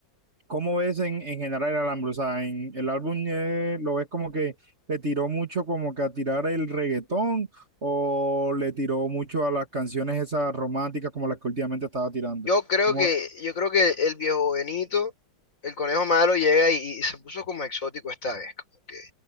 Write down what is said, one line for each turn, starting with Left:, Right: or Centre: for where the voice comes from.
Right: ¿Cómo ves en, en general el álbum? O sea, en el álbum eh, lo ves como que le tiró mucho como que a tirar el reggaetón o le tiró mucho a las canciones esas románticas como las que últimamente estaba tirando.
Left: Yo creo
Right: Como,
Left: que, yo creo que el viejo Benito, el conejo malo, llega y, y se puso como exótico esta vez. Como que